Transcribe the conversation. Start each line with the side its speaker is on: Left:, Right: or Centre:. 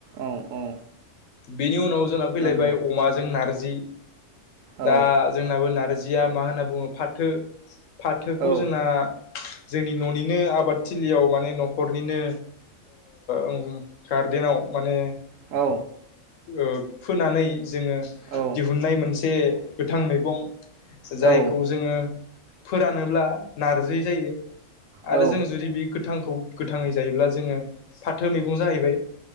Right: औ औ
Left: बेनि उनाव जोंना फैलायबाय
Right: नंगौ
Left: अमाजों नारजि
Right: औ
Left: दा जोंनाबो नारजि जिया मा होनना बुङो फाथो फाथोखौ
Right: औ
Left: जोंना जोंनि न'निनो आबाद थिलियाव माने न'खरनिनो ओ गार देनाव माने
Right: औ
Left: ओ फोनानै जोङो
Right: औ
Left: दिहुननाय मोनसे गोथां मैगं जायखौ
Right: औ
Left: जोङो फोरानोब्ला नारजि जायो।
Right: औ
Left: आरो जोङो जुदि बे गोथांखौ गोथाङै जायोब्ला जोङो फाथो मैगं जाहैबाय